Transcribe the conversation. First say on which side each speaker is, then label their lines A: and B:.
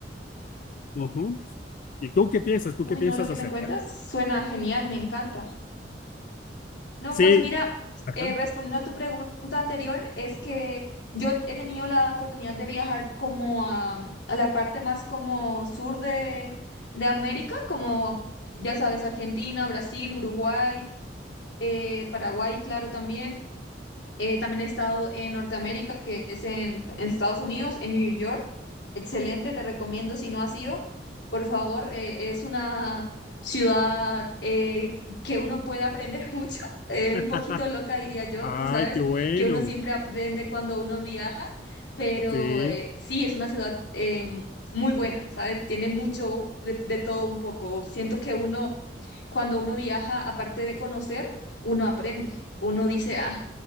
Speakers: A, on the left; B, on the left.
A: Ujú. ¿Y tú qué piensas? ¿Tú
B: uy,
A: qué piensas
B: no, lo que
A: hacer?
B: me cuentas suena genial, me encanta. No,
A: Sí,
B: pues mira,
A: ajá.
B: eh, respondiendo a tu pregunta anterior, es que yo he tenido la oportunidad de viajar como a, a la parte más como sur de, de América, como ya sabes, Argentina, Brasil, Uruguay, eh, Paraguay, claro, también. Eh, también he estado en Norteamérica, que es en, en Estados Unidos, en New York. Excelente, te recomiendo si no has ido, por favor, eh, es una ciudad eh, que uno puede aprender <laughs> mucho, eh,
A: <laughs>
B: un poquito loca diría yo,
A: Ay,
B: tú sabes
A: qué bueno.
B: que uno siempre aprende cuando uno viaja, pero
A: Sí.
B: eh, sí, es una ciudad eh, muy buena, ¿sabes? Tiene mucho de, de todo un poco. Siento que uno, cuando uno viaja, aparte de conocer, uno aprende, uno dice, ah.